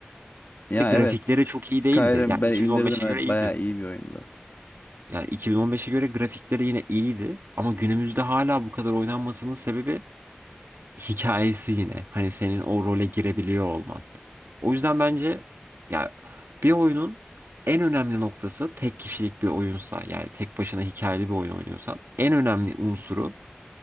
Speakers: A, on the left; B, on the right.
A: Ya
B: Ve grafikleri
A: evet.
B: çok
A: Skyrim
B: iyi değildi. Yani
A: ben
B: 2015'e
A: indirdim evet
B: göre
A: bayağı
B: iyiydi.
A: iyi bir oyundu.
B: Yani 2015'e göre grafikleri yine iyiydi ama günümüzde hala bu kadar oynanmasının sebebi hikayesi yine. Hani senin o role girebiliyor olman. O yüzden bence ya bir oyunun en önemli noktası tek kişilik bir oyunsa yani tek başına hikayeli bir oyun oynuyorsan en önemli unsuru